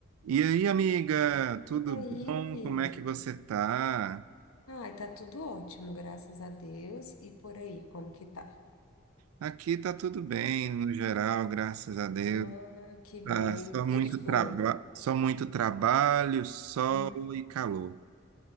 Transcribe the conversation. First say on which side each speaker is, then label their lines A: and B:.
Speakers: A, on the right; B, on the left.
A: E aí, amiga, tudo
B: E aí?
A: bom? Como é que você tá?
B: Ai, tá tudo ótimo, graças a Deus. E por aí, como que tá?
A: Aqui tá tudo bem, no geral, graças a Deus.
B: Ah, que bom.
A: Tá só
B: E o sextou?
A: muito traba só muito trabalho, sol
B: Hum.
A: e calor.